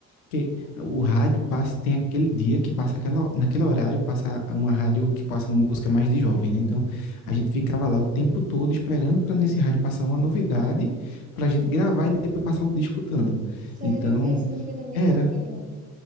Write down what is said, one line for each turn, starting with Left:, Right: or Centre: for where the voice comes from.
Left: porque o rádio passa, tem aquele dia que passa aquela, naquele horário passa uma rádio que passa música mais de jovem, né? Então
Right: Sim.
Left: a gente ficava lá o tempo todo esperando para nesse rádio passar uma novidade para gente gravar e depois passar o dia escutando.
Right: Sério,
Left: Então,
Right: esse não foi da minha
Left: era,
Right: época, não.